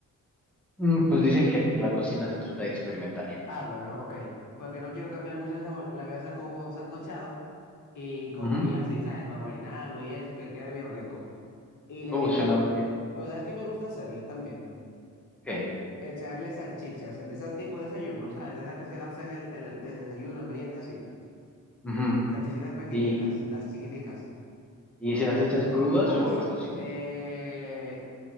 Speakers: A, in the centre; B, on the left.
A: Mm, pues dicen que la cocina se trata de experimentar.
B: Ah, bueno, ok. Porque no quiero cambiar mucho el sabor. La voy a hacer con un huevo sancochado y, con,
A: Ujú.
B: y así, ¿sabes? Para marinarlo y eso, que quede bien rico. Y le...
A: Uh, suena
B: me-
A: muy bien.
B: Pero ¿sabes qué me gusta hacerle también?
A: ¿Qué?
B: Echarle salchichas, de ese tipo de desayuno, ¿sabes? De esas que se gastan en el, el- de desayuno, en merienda y así.
A: Ujú.
B: Salchichitas pequeñitas,
A: ¿Y,
B: las chiquiticas.
A: y se las echas crudas
B: A
A: o
B: las
A: las
B: so-
A: cocinas?
B: eh,